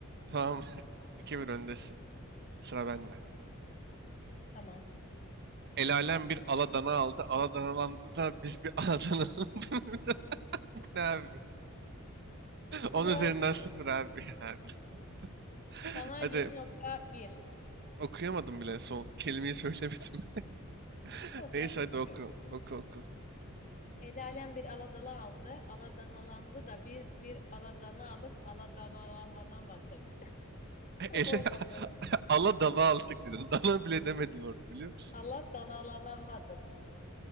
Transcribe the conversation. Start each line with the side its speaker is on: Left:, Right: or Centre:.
Right: tamam. <laughs> iki bir öndesin. Sıra bende.
Left: Tamam.
Right: El alem bir aladana aldı. Aladanalandı da biz bir aladana... <laughs> Ne abi? 10
Left: Güzel
Right: üzerinden
Left: bir.
Right: sıfır abi. ya. <laughs>
Left: Sana
Right: Hadi
Left: 7.1.
Right: okuyamadım bile. Son kelimeyi söylemedim. <laughs>
Left: Olsun
Right: Neyse
Left: yapacak
Right: hadi
Left: bir
Right: oku.
Left: şey yok.
Right: Oku oku.
Left: El alem bir aladala aldı. Aladanalandı da biz bir aladana alıp aladanalanamadık. <laughs>
Right: <laughs>
Left: Çok
Right: Ele
Left: olmadı.
Right: <laughs> ala dala aldık dedin. Dana bile demedin orada biliyor musun?
Left: Aladanalanamadık.